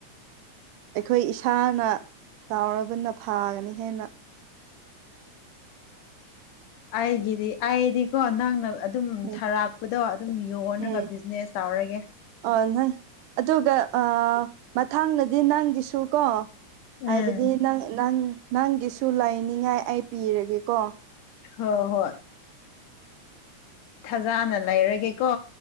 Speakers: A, on the right (about 90°); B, on the left (about 85°).
A: ꯑꯩꯈꯣꯏ ꯏꯁꯥꯅ ꯇꯥꯎꯕꯅ ꯐꯥꯒꯅꯤ ꯍꯦꯟꯅ
B: ꯑꯩꯒꯤꯗꯤ ꯑꯩꯗꯤꯀꯣ ꯅꯪ ꯅ ꯑꯗꯨꯝ
A: ꯎꯝ
B: ꯊꯔꯥꯛꯄꯗꯣ ꯑꯗꯨꯝ ꯌꯣꯟꯂꯒ
A: ꯎꯝ
B: ꯕꯤꯖꯤꯅꯦꯁ ꯇꯧꯔꯒꯦ
A: ꯑ ꯅꯪ ꯑꯗꯨꯒ ꯃꯊꯥꯡꯗꯗꯤ ꯅꯪꯒꯤꯁꯨ ꯀꯣ ꯍꯥꯏꯕꯗꯤ
B: ꯎꯝ
A: ꯅꯪ ꯅꯪ ꯅꯪꯒꯤꯁꯨ ꯂꯩꯥꯏꯅꯤꯡꯉꯥꯏ ꯑꯩ ꯄꯤꯔꯒꯦꯀꯣ
B: ꯍ ꯍꯣꯏ ꯊꯖꯥꯅ ꯂꯩꯔꯒꯦ ꯀꯣ